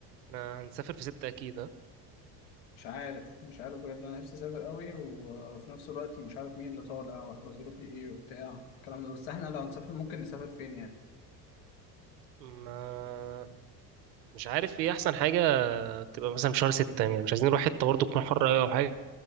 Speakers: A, on the right; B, on the left.
A: احنا هنسافر في ستة أكيد ها
B: مش عارف مش عارف بجد انا نفسي اسافر قوي وفي نفس الوقت مش عارف مين اللي طالع وهيبقى ظروفي ايه وبتاع الكلام ده بس احنا لو هنسافر ممكن نسافر فين يعني
A: ما مش عارف ايه أحسن حاجة تبقى مثلا في شهر ستة يعني مش عايزين نروح حتة برضه تكون حر أوي أو حاجة